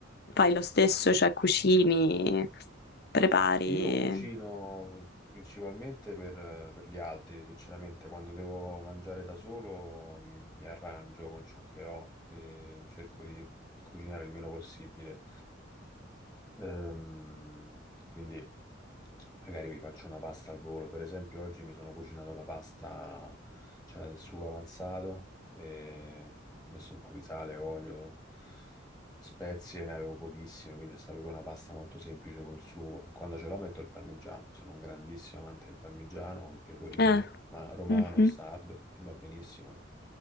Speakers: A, on the left; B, in the centre.
A: fai lo stesso, cioè cucini, prepari.
B: Io cucino principalmente per, per gli altri, sinceramente, quando devo mangiare da solo mh, mi arrangio con ciò che ho e cerco di cucinare il meno possibile. Ehm, quindi magari mi faccio una pasta al volo, per esempio oggi mi sono cucinato la pasta, c'era del sugo avanzato, e ho messo un po' di sale, olio, Spezie ne avevo pochissime, quindi è stata proprio una pasta molto semplice col sugo. Quando ce l'ho metto il parmigiano, sono un grandissimo amante del parmigiano o il pecorino,
A: Eh,
B: ma romano
A: mhm,
B: o sardo, va benissimo